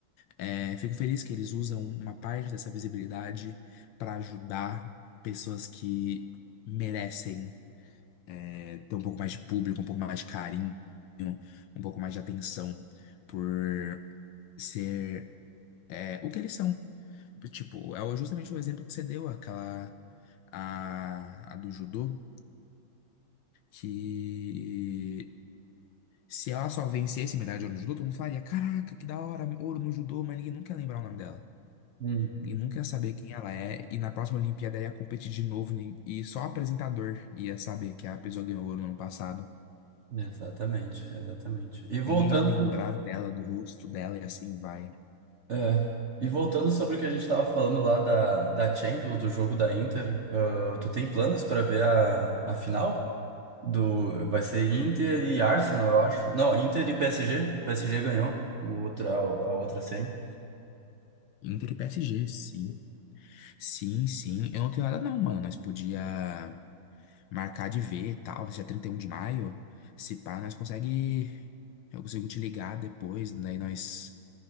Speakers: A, on the left; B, on the right.
A: É, fico feliz que eles usam uma parte dessa visibilidade para ajudar pessoas que merecem é, ter um pouco mais de público, um pouco mais de carinho, um pouco mais de atenção por ser é, o que eles são. Tipo, é o- justamente o exemplo que você deu, aquela a, a do judô, que se ela só vencesse medalha de ouro no judô, todo mundo falaria, caraca, que da hora, ouro no judô, mas ninguém nunca ia lembrar o nome dela.
B: Hum.
A: E nunca ia saber quem ela é. E na próxima Olimpíada ia competir de novo. nin- E só o apresentador ia saber que a pessoa ganhou ouro no ano passado.
B: Exatamente, exatamente. E voltando,
A: Ninguém ia lembrar dela, do rosto dela e assim vai.
B: é, e voltando sobre o que a gente tava falando lá da, da Champions, do jogo da Inter, ah, tu tem planos pra ver a, a final? Do, vai ser Inter e Arsenal, eu acho. Não, Inter e PSG. O PSG ganhou o outro, a, a outra semi.
A: Inter e PSG, sim. Sim, sim. Eu não tenho nada não, mano. Nós podia marcar de ver e tal. Vai ser dia 31 de maio. Se pá, nós consegue... Eu consigo te ligar depois. Daí nós